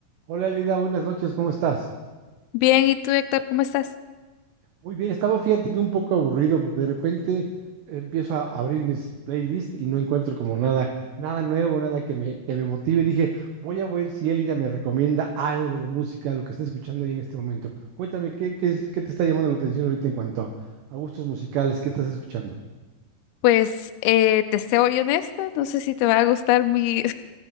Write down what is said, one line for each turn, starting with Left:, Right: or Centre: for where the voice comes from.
Right: Hola Lida, buenas noches, ¿cómo estás?
Left: Bien, ¿y tú, Héctor, cómo estás?
Right: Muy bien, estaba fíjate que un poco aburrido porque de repente empiezo a abrir mis playlists y no encuentro como nada, nada nuevo, nada que me, que me motive. Dije, voy a ver si Elida me recomienda algo de música, lo que esté escuchando ahí en este momento. Cuéntame, ¿qué, qué, es- qué te está llamando la atención ahorita en cuanto a gustos musicales? ¿Qué estás escuchando?
Left: Pues eh, te soy honesta, no sé si te va a gustar mi,